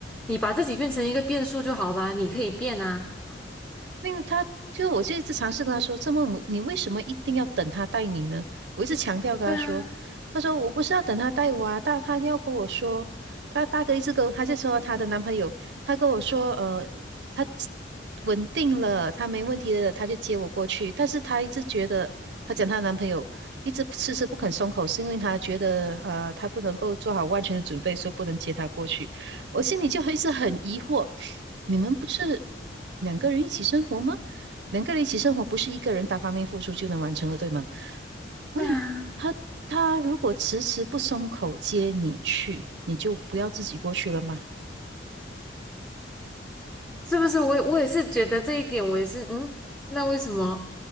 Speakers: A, in the centre; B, on the right.
A: 你把自己变成一个变数就好啦，你可以变啊，
B: 因为他，就我就一直尝试跟他说，这么你你为什么一定要等他带你呢？我一直强调跟他说，
A: 对啊，
B: 他说我不是要等他带我啊，大他要跟我说，他大哥一直跟我他就说他的男朋友，他跟我说，呃，他稳定了，他没问题了，他就接我过去，但是他一直觉得。他讲她的男朋友一直迟迟不肯松口，是因为他觉得呃，他不能够做好万全的准备，所以不能接他过去。我心里就一直很疑惑，你们不是两个人一起生活吗？两个人一起生活不是一个人单方面付出就能完成的，对吗？我想他他如果迟迟不松口接你去，
A: 对啊。
B: 你就不要自己过去了吗？
A: 是不是？我也我也是觉得这一点，我也是，嗯，那为什么，